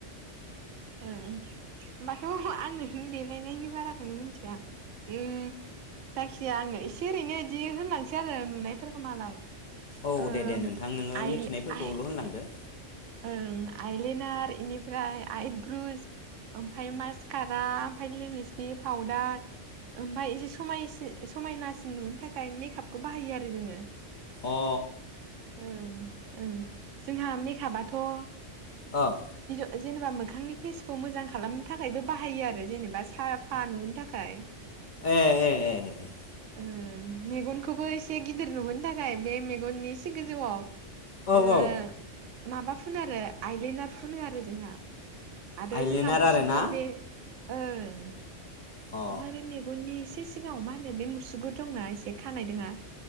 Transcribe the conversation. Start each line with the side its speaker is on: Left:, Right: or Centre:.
Right: ओं होमबाथ आंनो देलायनायनि बाराखौनो मिथिया उम जायखिजाया आङो एसे ओरैनो इदि होनलांसै आरो नुनायफोरखौ मालाय
Left: औ
Right: ओम
Left: दे दे नोंथां नोङो
Right: आइल
Left: मिथिनायफोरखौल
Right: आइ
Left: होनलांदो
Right: ओं आइलइनार इनिफ्राय आइ ब्रुस ओमफ्राय मासकारा ओमफ्राय लिमस्टिक पाउदार ओमफ्राय एसे समाय समायनासिन नुनो थाखाय मेकआपखौ बाहायो आरो जोङो
Left: अ
Right: ओं ओं जोंहा मेकआपा थ
Left: ओं
Right: जेनेबा मोखांनि फेसखौ मोजां खालामनो थाखायबो बाहायो आरो जेनेबा साफा नुहो थाखाय
Left: ए ए ए
Right: ओं मेगनखौबो एसे गिदिर नुहोनो थाखाय बे मेगननि एसे गोजौआव
Left: औ
Right: ओ
Left: औ
Right: माबा फुनो आरो आइलेनार फुनो आरो जोंहा आरो
Left: आइलेनार
Right: जोंहा मुसुगुर
Left: आरो ना
Right: बे ओं
Left: अ
Right: ओमफाय बि मेगननि एसे सिगाङाव मा होनो बे मुसुगुर दंना एसे खानाय दोङा